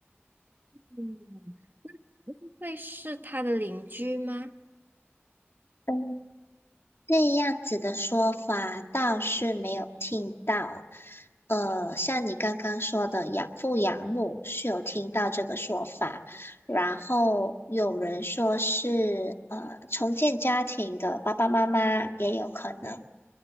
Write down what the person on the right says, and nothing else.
嗯会是他的邻居吗？